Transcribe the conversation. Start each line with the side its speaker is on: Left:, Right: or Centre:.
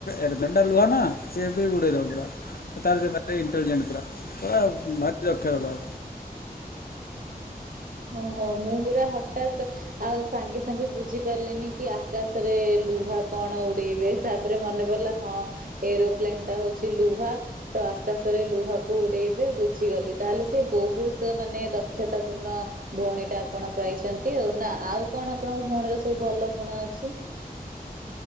Left: ଏରୋପ୍ଲେନ ଟା ଲୁହା ନା। ସେ ଏବେ ଉଡ଼େଇ ଦେବ ପୁରା ତାର ସେ ଭାରି ଇଣ୍ଟେଲ୍ ଜେଣ୍ଟ ପୁରା ପୁରା ଭାରି ଦକ୍ଷତା ତାର।
Right: ଓହୋ ମୁଁ ପୁରା ହଠାତ୍ ଆଉ ସାଙ୍ଗେ ସାଙ୍ଗେ ବୁଝି କଅଲେନି କି ଆକାଶରେ ଲୁହା କଣ ଉଡେଇବେ ତାପରେ ମନେ ପଡ଼ିଲା ହଁ ଏରୋପ୍ଲେନ୍‌ ଟା ହଉଛି ଲୁହା ତ ଆକାଶରେ ଲୁହାକୁ ଉଡେଇବେ ବୁଝିଗଲି। ତାହେଲେ ସେ ବହୁତ ମାନେ ଦକ୍ଷତା ପୂର୍ଣ୍ଣ। ଭଉଣୀ ଟା ଆପଣ ପାଇଛନ୍ତି ଆଉ ନା ଆଉ କଣ ଆପଣଙ୍କ ଭଉଣୀର ସବୁ ଭଲ ଗୁଣ ଅଛି।